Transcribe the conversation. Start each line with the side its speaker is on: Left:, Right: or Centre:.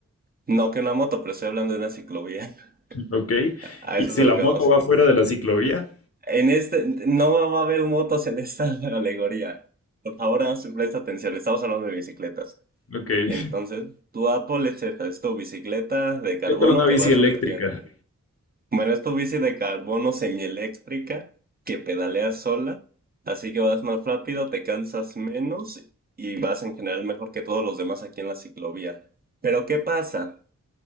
Right: No que una moto, pero estoy hablando de una ciclovía. <laughs>
Left: Ok.
Right: A
Left: ¿Y
Right: eso
Left: si
Right: es a
Left: la
Right: lo que
Left: moto
Right: vamos.
Left: va fuera de la ciclovía?
Right: En este, no va a haber motos en esta <laughs> alegoría. Por favor, haz- presta atención. Estamos hablando de bicicletas.
Left: Ok.
Right: Entonces,
Left: <laughs>
Right: tu Apple es esta, es tu bicicleta de carbono
Left: ¿Qué tal una
Right: que
Left: bici
Right: va súper
Left: eléctrica?
Right: bien. Bueno, es tu bici de carbono semieléctrica que pedaleas sola, así que vas más rápido, te cansas menos y vas en general mejor que todos los demás aquí en la ciclovía. Pero ¿qué pasa?